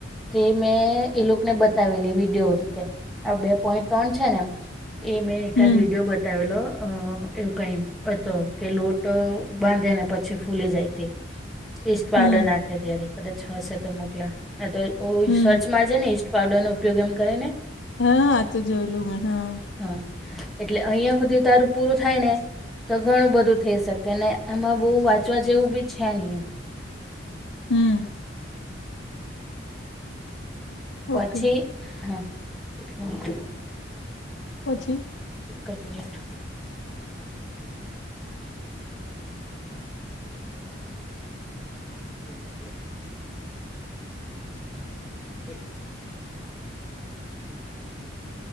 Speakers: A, in the centre; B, on the left.
A: તે મેં એ લોકોને બતાવેલી વિડીયો એવી રીતે આ બે પોઈન્ટ ત્રણ છેને એમ એ મેં એકાદ
B: હમ
A: વિડીયો બતાવેલો અ એવું કઈ તો કે લોટ બાંધે ને પછી ફૂલી જાય તે ઈસ્ટ પાવડર
B: હમ
A: નાખે ત્યારે કદાચ હશે તો મોકલા ને તો
B: હમ
A: સર્ચ મારજે ની ઈસ્ટ પાવડર નો ઉપયોગ એમ કરી ને
B: હા આ તો જોયલું મે હા
A: હા એટલે અહિયાં સુધી તારું પૂરું થાય ને તો ઘણું બધું થઈ શકે ને એમાં બહુ વાંચવા જેવું બી છે નહી એ
B: હમ
A: પછી
B: ઓકે
A: હ એક મિનિટ
B: પછી
A: એક જ મિનિટ હમ હમ <unintelligible> હ <inaudible>